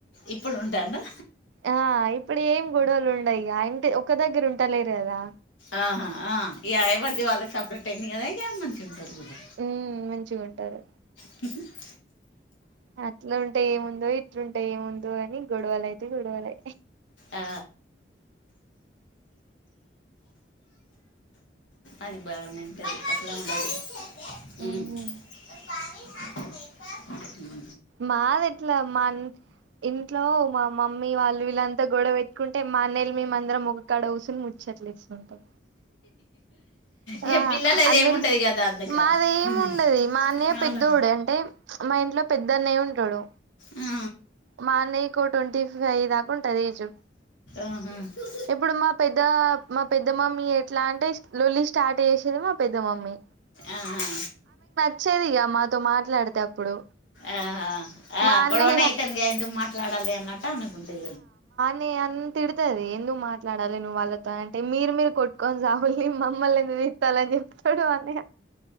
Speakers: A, on the left (about 90°); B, on the right (about 75°).
A: ఇప్పుడు ఉంటాందా
B: ఆ ఇప్పుడు ఏం గొడవలు ఉండయి ఆ ఇంటి ఒక దగ్గర ఉంటలేరు కదా
A: ఆహా ఆ ఇగా ఎవరిద్ది వాళ్ళకి సపరేట్ అయింది కదా ఇక మంచిగా ఉంటారు కూడా
B: ఉం మంచిగా ఉంటారు
A: ఓార్
B: అట్లా ఉంటే ఏముందో ఇట్లుంటే ఏముందో అని గొడవలు అయితే గొడవలు
A: ఆ అది బాగా నింటుంది అట్లా ఉండదు <unintelligible>
B: ఉమ్
A: ఉం
B: మాది ఎట్లా మా ఇంట్లో మా మమ్మీ వాళ్ళు వీళ్ళంతా గొడవ పెట్టుకుంటే మా అన్నయలు మేమందరం ఇక్కడ కూసోని ముచ్చట్లేసుకుంటాం
A: ఇగ
B: ఆ
A: పిల్లలది
B: అందలో
A: ఏముండదు కదా అందుక
B: మాదేమి
A: హ్మ్
B: ఉండది మా అన్నయ్య
A: అవును
B: పెద్ద పెద్దోడు అంటే మా ఇంట్లో పెద్ద అన్నయ్య ఉంటాడు
A: ఆ
B: మా అన్నయకు ట్వంటీ ఫైవ్ దాకా ఉంటది ఏజ్
A: ఆహా
B: ఇప్పుడు మా పెద్ద పెద్ద మా పెద్ద మమ్మీ ఎట్లా అంటే లొల్లి స్టార్ట్ చేసేది మా పెద్ద మమ్మీ
A: ఆహా
B: వచ్చేదిక ఇగ మాతో మాట్లాడితే అప్పుడు
A: ఆహా ఆ
B: మా అన్నయ్య
A: గొడవనే అయితుందిగా ఎందుకు మాట్లాడాలి అన్నట్టు ఆమెకు ఉంటది
B: అని తిడుతుది ఎందుకు మాట్లాడాలి నువ్వు వాళ్ళతో అంటే మీరు మీరు కొట్ <unintelligible> కొ సాాహుల్ని మమ్మల్నిద విస్తాలని చెప్తాడు అన్నయ్య